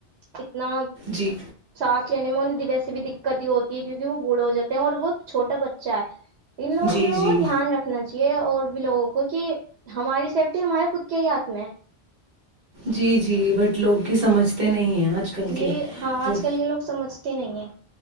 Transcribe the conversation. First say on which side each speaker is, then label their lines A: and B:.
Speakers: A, on the right; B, on the right.
A: اتنا
B: جی
A: ساف لینے میں انہیں ویسی بھی دقت ہوتی ہے کیکہ وہ بوڑے ہو جاتے ہیں اور وہ چھوٹا بچہ ہے انو
B: جی
A: انو
B: جی
A: دھیان رکھنااہی یہ اور بھی لوگوں کو کہ ہماری سیفٹی ہمارے خود کے ہی ہاتھ میں ہے
B: جی جی بٹ لوگ کی سمجھتے نہیں ہیں آج کل کے
A: یہ ہاں آج
B: وہ
A: کل کے لوگ سمجھ نہیں ہے